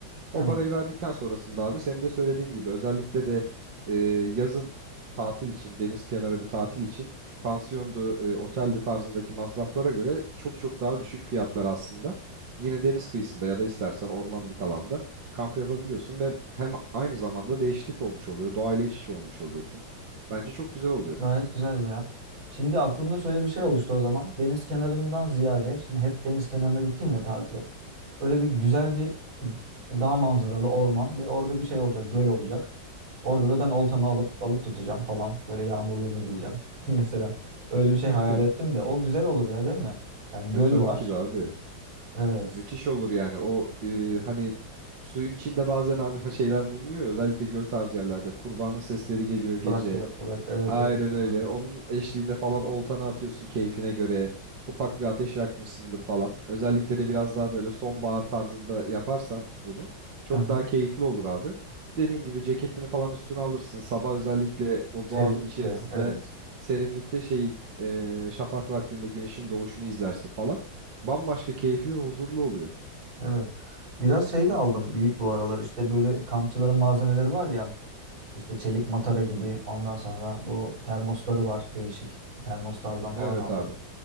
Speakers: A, on the right (about 85°); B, on the right (about 70°).
A: Evet.
B: O parayı verdikten sonrasında abi senin de söylediğin gibi özellikle de e, yazın tatil için deniz kenarı bir tatil için pansiyondu, e, otelde tarzındaki masraflara göre çok çok daha düşük fiyatlar aslında. Yine deniz kıyısında ya da istersen ormanlık alanda kamp yapabiliyorsun ve hem aynı zamanda değişiklik olmuş oluyor, doğayla iç içe olmuş oluyorsun. Bence çok güzel oluyor.
A: Gayet güzel ya. Şimdi aklımda şöyle bir şey oluştu o zaman. Deniz kenarından ziyade, şimdi hep deniz kenarına gittim ya tatile. Böyle bir güzel bir dağ manzaralı orman ve orada bir şey olacak, göl olacak. Orada da ben oltamı alıp balık tutacağım falan. Böyle yağmurluğumu giyeceğim. <laughs> Mesela öyle bir şey
B: <laughs>
A: hayal ettim de o güzel olur ya değil mi? Yani göl
B: E tabii
A: var.
B: ki de abi.
A: Evet.
B: Müthiş olur yani o e, hani suyun içinde bazen abi ha- şeyler bulunuyor ya, özellikle göl tarzı yerlerde kurbanın sesleri geliyor gece
A: Bırak bırak bırak. Evet
B: aynen
A: evet. Ya.
B: öyle onun eşliğinde falan oltana atıyorsun keyfine göre ufak bir ateş yakmışsındır falan özellikle de biraz daha böyle sonbahar tarzında yaparsan bunu çok
A: Hı hı.
B: daha keyifli olur abi dediğin gibi ceketini falan üstüne alırsın sabah özellikle o
A: Serinlikte.
B: doğanın içerisinde
A: Evet.
B: serinlikte şeyin e, şafak vaktinde güneşin doğuşunu izlersin falan bambaşka keyifli ve huzurlu oluyor.
A: Evet. Biraz şey de aldım Yiğit bu aralar işte böyle kampçıların malzemeleri var ya İşte çelik matara gibi. Ondan sonra bu termosları var değişik. Termoslardan
B: Evet
A: falan aldım.
B: abi.